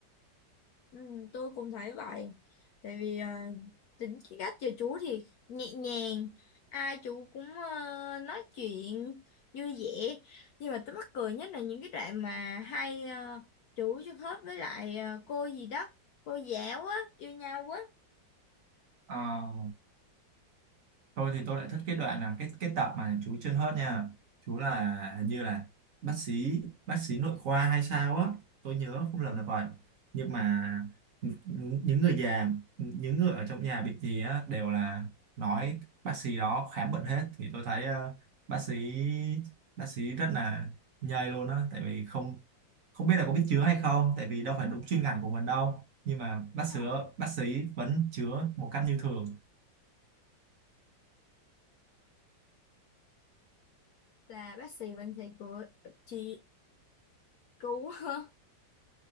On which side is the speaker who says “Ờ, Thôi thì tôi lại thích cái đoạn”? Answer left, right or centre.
Right